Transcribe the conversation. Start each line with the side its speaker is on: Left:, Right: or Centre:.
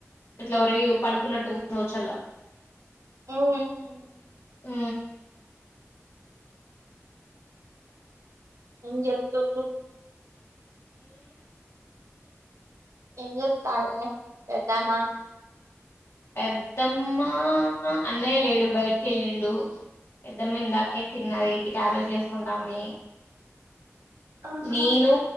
Left: ఇట్లా వరిగి పడుకున్నట్టు కూర్చోల్లా.
Right: <inaudible>
Left: ఉ
Right: ఎమ్ చేత్తుండు ఎమ్ చేత్ తామే పెద్దామా
Left: పెద్దమ్మ అన్నయ్య లేడు బయటికి వెళ్ళిండు పెద్దమ్మ ఇందాకే తిన్నది టాబ్లెట్లు వేసుకుంటాంది.
Right: ఆహా
Left: నను